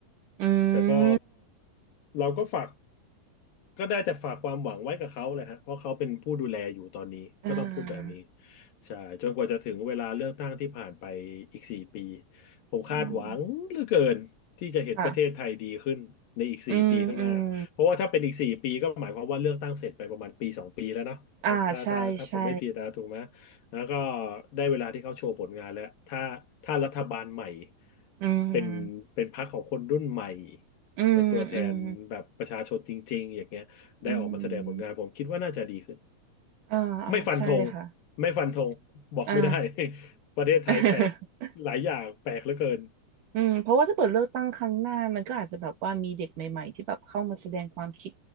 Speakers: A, on the right; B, on the left.
A: อื
B: แต่ก็
A: ม
B: เราก็ฝากก็ได้แต่ฝากความหวังไว้กับเขาแหละฮะเพราะเขาเป็นผู้ดูแลอยู่ตอนนี้ก็ต้องพูดแบบนี้
A: อ่า
B: ใช่จนกว่าจะถึงเวลาเลือกตั้งที่ผ่านไปอีกสี่ปีผมคาดหวังเหลือเกินที่จะเห็นประเทศไทยดีขึ้นในอีกสี่ปีข้างหน้าเพราะว่าถ้าเป็นอีกสี่ปีก็หมายความว่าเลือกตั้งเสร็จไปประมาณปีสองปีแล้วเนาะ
A: อืมค่ะอืมอืมอ่าใช่ใช่
B: ถ้าถ้าถ้าผมไม่ผิดนะถูกไหมแล้วก็ได้เวลาที่เขาโชว์ผลงานแล้วถ้าถ้ารัฐบาลใหม่
A: อืม
B: เป็นเป็นพรรคของคนรุ่นใหม่
A: อืมอืม
B: เป็นตัวแทนแบบประชาชนจริงๆอย่างเงี้ยได้ออกมาแสดงผลงานผมคิดว่าน่าจะดีขึ้น
A: อืมอ่าอ่าใช่ค่ะ
B: ไม่ฟันธงไม่ฟันธงบอกไม่ได้
A: อ่า
B: <laughs> ประเทศไทยแปลก
A: <laughs>
B: หลายอย่างแปลกเหลือเกิน
A: อืมเพราะว่าถ้าเปิดเลือกตั้งครั้งหน้ามันก็อาจจะแบบว่ามีเด็กใหม่ๆที่แบบเข้ามาแสดงความคิด